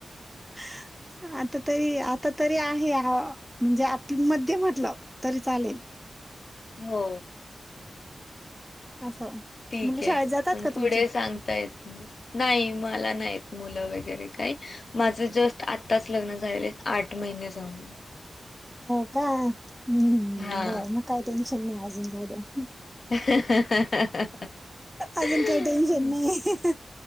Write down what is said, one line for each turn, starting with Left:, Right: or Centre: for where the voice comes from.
Centre: <inaudible> आता तरी, आता तरी आहे, म्हणजे आपलं मध्य म्हटलं तरी चालेल
Left: हो!
Centre: असं
Left: ठीक
Centre: मुलं
Left: आहे
Centre: शाळेत जातात
Left: पण
Centre: का
Left: पुढे
Centre: तुमचे
Left: सांगता येत ना नाही माला नाहीत मुल वैगरे माझ जस्ट आताच लग्न झालं. आठ महिने जाऊन
Centre: हो का हम्म
Left: हा.
Centre: बरं मग काय टेन्शन नाही अजून बुवा द्या
Left: <inaudible>
Centre: अजून काही टेन्शन नाही